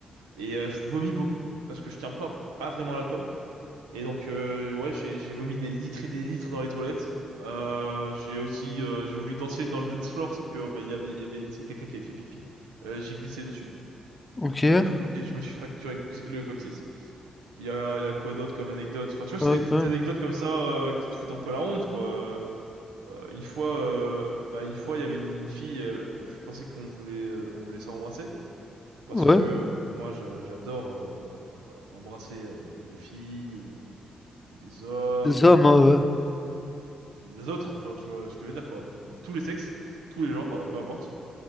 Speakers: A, on the right; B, on the left.
A: et euh, je vomis beaucoup. Parce que je tiens pas, pas vraiment à l'alcool. Et donc, euh, ouais, j'ai j'ai vomi des litres et des litres dans les toilettes. Euh, j'ai aussi, euh, j'ai voulu danser dans le dance floor, sauf que oh, bah, il y avait, il y avait, tu sais, quelqu'un qui avait fait pipi. Euh, j'ai glissé dessus
B: ok.
A: et
B: Ah
A: je me, et je me suis fracturé le c- le coccyx. Il y a, il y a quoi d'autre comme anecdote? Enfin, tu vois,
B: ouais,
A: c'est des petites
B: quand même.
A: anecdotes comme ça euh, qui te foutent un peu la honte, quoi. Euh, une fois, euh, bah, une fois, il y avait une, une fille. euh, je pensais qu'on voulait, euh, on voulait s'embrasser parce
B: Ouais,
A: que euh, moi, j'a- j'adore euh, embrasser euh, des filles ou ou des hommes
B: des hommes, hein, ouais.
A: les autres, enfin, tu vois ce que je veux dire, quoi. Tous les sexes, tous les genres, euh, peu importe.